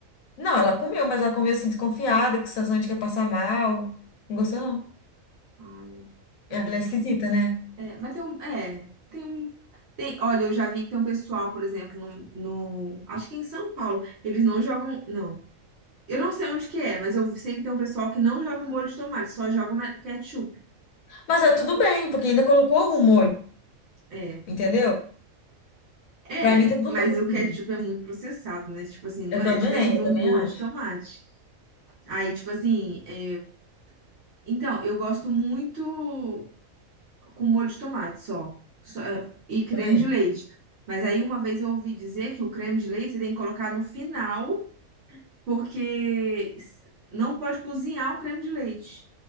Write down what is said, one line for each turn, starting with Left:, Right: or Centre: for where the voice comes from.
Left: não, ela comeu, mas ela comeu assim, desconfiada, com sensação de que ia passar mal. Não gostou, não.
Right: Ai, é.
Left: Ela é esquisita, né?
Right: É, mas tem um. É, tem um. Tem, olha, eu já vi que tem um pessoal, por exemplo, no, no- acho que em São Paulo, eles não jogam. Não. Eu não sei onde que é, mas eu sei que tem um pessoal que não joga molho de tomate, só joga ma- ketchup.
Left: Mas é tudo bem, porque ainda colocou algum molho,
Right: É.
Left: entendeu?
Right: É,
Left: Pra mim tá tudo
Right: mas o ketchup
Left: bem.
Right: é muito processado, né? Tipo assim, não
Left: Eu
Right: é,
Left: também,
Right: é diferente do
Left: eu também
Right: molho
Left: acho.
Right: de tomate. Aí, tipo assim, é, então, eu gosto muito com molho de tomate só, Só, é, e
Left: Eu
Right: creme
Left: também.
Right: de leite. Mas aí uma vez eu ouvi dizer que o creme de leite você tem que colocar no final, porque s- não pode cozinhar o creme de leite.